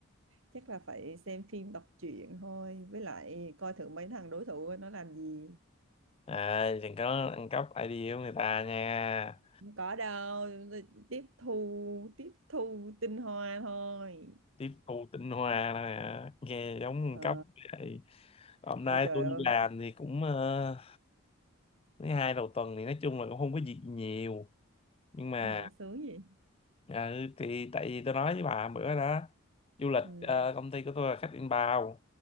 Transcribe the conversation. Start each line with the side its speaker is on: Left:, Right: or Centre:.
Right: Chắc là phải xem phim đọc truyện thôi Với lại coi thử mấy thằng đối thủ Nó làm gì
Left: À, đừng có ăn cắp idea của người ta nha.
Right: Không có đâu Tôi Tiếp thu Tiếp thu tinh hoa thôi
Left: tiếp thu tinh hoa nè, nghe giống nguồn
Right: Ờ
Left: cấp vậy hôm nay
Right: Ôi trời
Left: tôi
Right: ơi
Left: đi làm thì cũng ờ, mấy hai đầu tuần thì nói chung là cũng không có gì nhiều nhưng mà
Right: Hả sướng gì
Left: ừ, thì tại vì tôi nói với bà bữa đó du lịch
Right: Ừ
Left: ờ, công ty của tôi là khách inbound